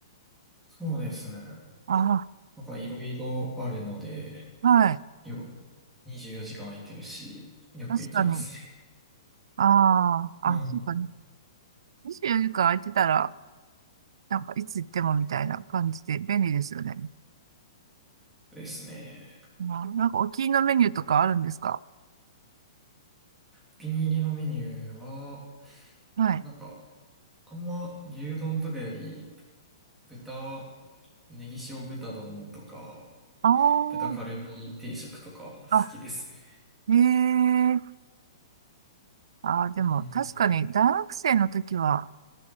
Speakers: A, in the centre; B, on the right.
A: そうですね。
B: あ
A: なんかいろいろあるので、
B: あ、はい。
A: よ、24時間空いてるし、よく行きますね。
B: 確かに。ああ、
A: はい。
B: あ、そうかね。24時間空いてたら、なんかいつ行ってもみたいな感じで便利ですよね。
A: ですね。
B: まあ、なんかお気に入りのメニューとかあるんですか
A: お気に入りのメニューは、
B: はい。
A: なんか、あんま牛丼とかより、豚、ネギ塩豚丼とか、
B: あ
A: 豚カルビ定食とか好きですね。
B: あ、あ、ええああ、でも確かに大学生の時は、
A: うん。